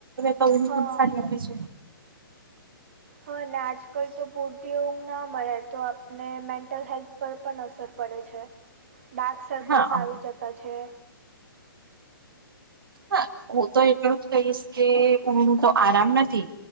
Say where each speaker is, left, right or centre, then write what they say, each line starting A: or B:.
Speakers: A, on the right; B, on the right.
A: તો ઉઘ
B: હા
A: સારી આવે છે
B: હા ને આજકાલ તો બુદધિઓ ના મળે તો આપને મેન્ટલ હેલ્થ પર પણ અસર પડે પડે છે ડાર્ક સર્કલ્સ
A: હા
B: આવી જતા છે
A: હા હું તો એટલું જ કહીશ કે ઉંધ તો આરામ નથી